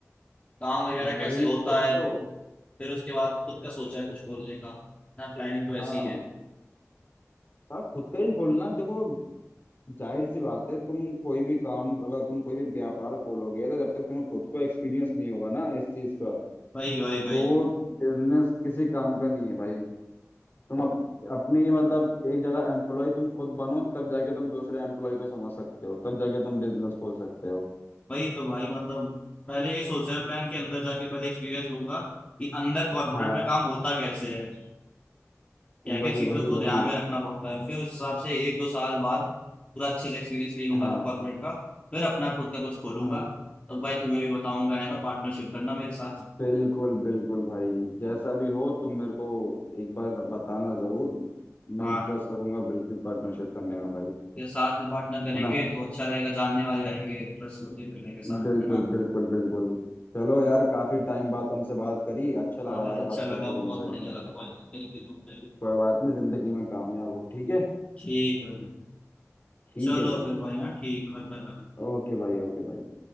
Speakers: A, on the left (about 25°); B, on the left (about 45°).
A: काम वगैरह
B: वही
A: कैसे होता
B: तो
A: है फिर उसके बाद खुद का सोचा है कुछ बोलने का ना प्लानिंग तो ऐसी
B: हाँ
A: है
B: तो खुद का ही खोलना देखो जाहिर सी बात है तुम कोई भी काम अगर तुम कोई भी व्यापार खोलोगे तो जब तक तुम्हें खुद को एक्सपीरियंस नहीं होगा ना इस चीज का
A: वही वही वही
B: तो वो बिजनेस किसी काम का नहीं है भाई तुम अप, अपनी मतलब एक जगह एम्प्लॉय तुम खुद बनो तब जाके तुम दूसरे एम्प्लॉय को समझ सकते हो तब जाके तुम बिजनेस खोल सकते हो
A: वही तो भाई मतलब पहले ये सोचा है प्लान के अंदर जाके पहले एक्सपीरियंस लूंगा कि अंदर कॉर्पोरेट
B: हाँ
A: में काम होता कैसे है क्या क्या
B: वही
A: चीज़ों
B: वही
A: को
B: वही
A: ध्यान में रखना पड़ता है फिर उस हिसाब से एक दो साल बाद पूरा अच्छे से एक्सपीरियंस ले लूंगा
B: हाँ
A: जब कॉर्पोरेट का फिर अपना खुद का कुछ खोलूंगा
B: हाँ हाँ।
A: तब भाई तुम्हें भी बताऊंगा है ना पार्टनरशिप करना मेरे साथ
B: बिल्कुल बिल्कुल भाई जैसा भी हो तुम मेरे को एक बार ज- बताना जरूर मैं
A: हाँ
B: इंटरेस्ट रखूंगा बिल्कुल पार्टनरशिप करने में भाई
A: फिर साथ में पार्टनर करेंगे
B: है ना
A: तो अच्छा रहेगा जानने वाले रहेंगे ट्रस्टवर्दी भी रहेंगे साथ
B: बिल्कुल
A: है ना
B: बिल्कुल बिल्कुल चलो यार काफी टाइम बाद तुमसे बात करी अच्छा
A: हाँ
B: लगा
A: भाई
B: यार
A: अच्छा
B: बात
A: लगा
B: करके
A: बहुत
B: तुमसे
A: बढ़िया लगा भाई बिल्कुल बिल्कुल।
B: कोई बात नहीं जिंदगी में कामयाब हो ठीक है
A: ठीक है भाई।
B: ठीक
A: चलो
B: है भाई
A: फिर भाई हाँ ठीक है भाई बाय बाय
B: ओके भाई ओके भाई